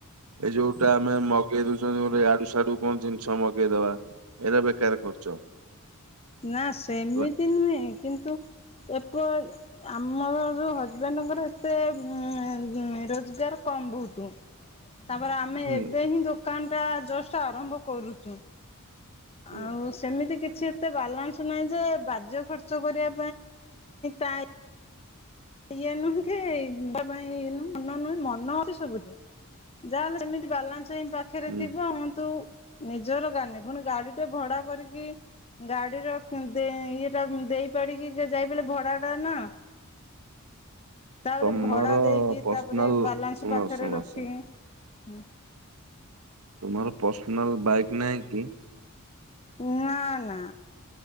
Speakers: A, on the right; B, on the left.
A: ଏଇ ଯୋଉଟା ଆମେ ମ ମଗେଇ ଦଉଛନ୍ତି ଗୋଟେ ଇଆଡୁ ସିଆଡୁ କଣ ଜିନିଷ ମଗେଇଦବା ଏଇରା ବେକାର ଖର୍ଚ୍ଚ।
B: ନା ସେମିତି
A: ହେଲା।
B: ନୁହେଁ କିନ୍ତୁ ଏପ ଆମର ଉ ହଜବେଣ୍ଡଙ୍କର ଏତେ ଉ ରୋଜଗାର କମ ବହୁତ ତାପରେ ଆମେ
A: ହୁଁ
B: ଏବେ ହିଁ ଦୋକାନ ଟା ଜଷ୍ଟ ଆରମ୍ଭ କରୁଛୁ।
A: ହୁଁ।
B: ଆଉ ସେମିତି କି କିଛି ଏତେ ବାଲାନ୍ସ ନାହିଁ ଯେ ବାଜ୍ୟ ଖର୍ଚ୍ଚ କରିବା ପାଇଁ ଇଏନୁହେକି ଯିବା ପାଇଁ ନୁ ମନ ନୁହ ମନଅଛି ସବୁଠି ଯାହାହେ ସେମିତି ବାଲାନ୍ସ ଇ ପାଖରେ
A: ହୁଁ
B: ଥିବ ଆଁ ତୁ ନିଜର ଗାଡି଼ ନାହିଁ ପୁଣି ଗାଡି ଟେ ଭଡା କରିକି ଗାଡି଼ର କି ଦେ ଇଏଟା ଦେଇ ପାରିକି ସେ ଯାଇ ପାରିଲେ ସେ ଭଡା ଟା ନା ତାପରେ
A: ତମର
B: ଭଡା଼ ଦେଇକି
A: ପର୍ସନାଲ
B: ତାପରେ ବାଲାନ୍ସ
A: ଶୁଣ
B: ପାଖରେ
A: ଶୁଣ
B: ରଖିକି
A: ଶୁଣ
B: ହୁଁ।
A: ତୁମର ପର୍ସନାଲ ବାଇକ୍ ନାଇଁ କି?
B: ନା ନା